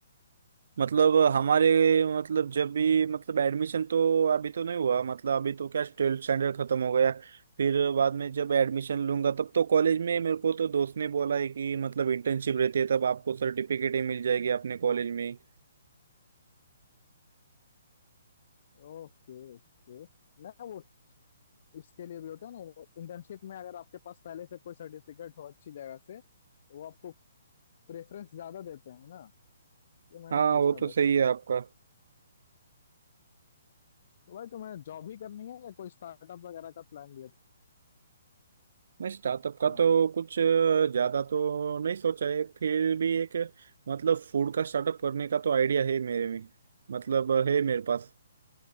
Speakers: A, on the right (about 65°); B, on the left (about 50°).
A: मतलब हमारे मतलब जब भी मतलब एडमिशन तो अभी तो नहीं हुआ मतलब अभी तो क्या ट्वेल्थ स्टैंडर्ड खत्म हो गया फिर बाद में जब एडमिशन लूंगा तब तो कॉलेज में मेरे को तो दोस्त ने बोला है कि मतलब इंटर्नशिप रहती है तब आपको सर्टिफिकेट ही मिल जाएगी अपने कॉलेज में
B: Okay okay ना वो इसके लिए भी होता है ना इंटर्नशिप में अगर आपके पास पहले से कोई सर्टिफिकेट हो अच्छी जगह से तो वो आपको प्रेफरेंस ज्यादा देते हैं ना तो मैंने
A: हाँ
B: पूछा
A: वो तो सही
B: बस
A: है आपका
B: तो भाई तुम्हें जॉब ही करनी है या कोई स्टार्टअप वगैरह का प्लान भी है
A: नहीं स्टार्टअप का
B: तुम्हारा
A: तो कुछ ज्यादा तो नहीं सोचा है फिर भी एक मतलब फूड का स्टार्टअप करने का तो आइडिया है मेरे में मतलब है मेरे पास